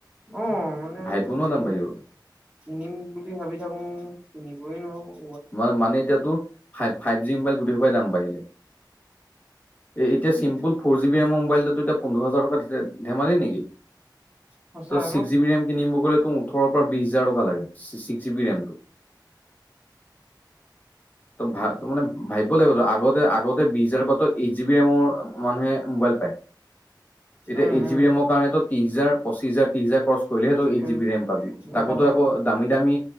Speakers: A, on the right; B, on the left.
A: অ মানে
B: ভাই বোনৰ
A: চিনি
B: দাম বাঢ়ি গ'ল
A: কিনিম বুলি বুলি ভাবি থাকো কিনিবই নোৱাৰোঁ।
B: ম মানে এতিয়া তোৰ ফাইভ জি মোবাইল গোটেই খোপাই দাম বাঢ়িলে এ এতিয়া
A: কি
B: চিম্পুল ফৰ জিবি ৰেমৰ মোবাইলটো এতিয়া। পোন্ধৰ হাজাৰ টকা ধেমালি নেকি
A: সঁচা
B: তই ছিক্স
A: ন
B: জীবি ৰেম কিনিব গলে তোৰ উঠৰ- পা বিছ হাজাৰ লাগে ছিক্স জিবী ৰেম। ত ভা মানে ভাবিব লাগিব তো আগতে আগতে- বি হাজাৰ টকা এইট জি বি ৰেমৰ মানুহে মোবাইল পায় এতিয়া
A: উম
B: এইট জিব
A: উম
B: বি ৰেমৰ কাৰণেত ত্ৰিশ হাজাৰ পচিছ হাজাৰ ত্ৰিছ হেজাৰ ক্ৰছ কৰিলে সেইটো এইট
A: কৈ
B: জিবি ৰেম পাবি তাকতো
A: চাবা
B: আকৌ দামী দামী